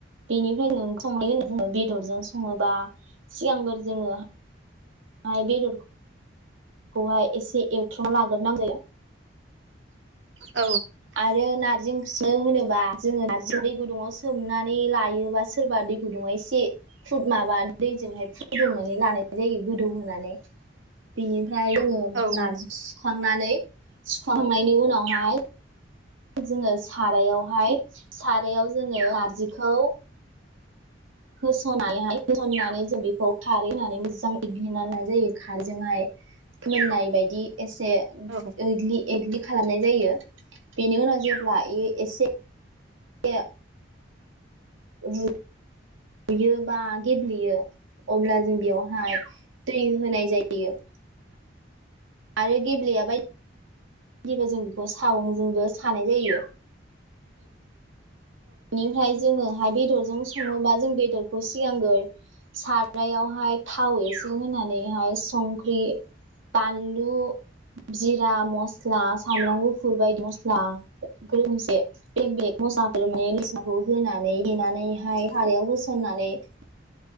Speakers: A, on the right; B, on the right.
A: बेनिफ्राय ओंख्रि संनायनि बेदरजों सङोबा सिगांफोर जोङो म बे <unintelligible> खौहाय एसे एवथ्रमना लाग्रोनांगो
B: औ
A: आरो नारजि सुनो होनोबा जोङो न दै गुदुङाव सोमनानै लायोबा सोरबा दै गुदुङाव एसे फुद माबा दैजोंहाय फुदुंनानै लानाय जायो गोदौ होनानै बेनि
B: औ
A: नजि <unintelligible> सुखांनानै सुखांनायनि उनावहाय जोङो सारायावहाय सारायाव जोङो नारजिखौ होस'नायहाय होसनन्नानै जों बेखौ खारै होननानै मोजां एग्लिना होनाय जायो खारैजोंहाय मोननाय बायदि एसे
B: औ
A: एग्लि एग्लि खालामनाय जायो बेनि उनाव जेब्ला ए एसे सेे <unintelligible> औ <unintelligible> गुयो बा गेब्लेयो अब्ला जों बेयावहाय दै होनाय जायो आरो गेब्लेया बायदि बिदिबा जों बेखौ सागंजोंबो सानाय जायो बेनिफ्राय जोङो बेदरजों सङोबा बेदरखौ सिगांगोर सारायावहाय थाव एसे होनानै हाय संख्रि बानलु जिरा जा मस्ला सामब्राम गुफुर बायदि मस्ला मोनसे बेक बेेग <unintelligible> म साफ म <unintelligible> खौ होनानै देनानैहाय खारायाव होसननानै <unintelligible>